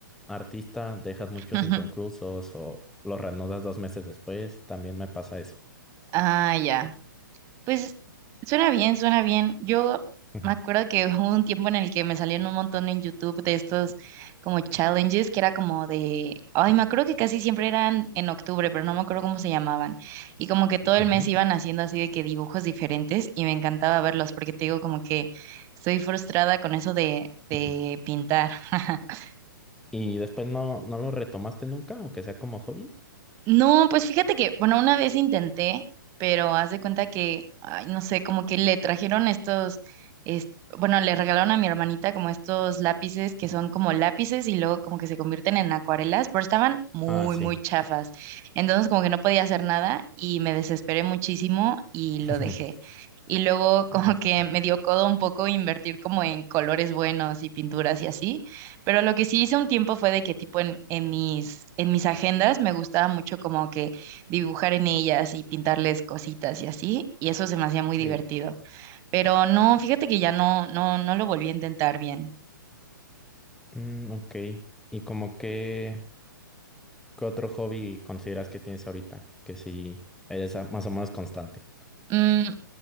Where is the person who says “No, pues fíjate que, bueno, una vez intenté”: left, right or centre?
Right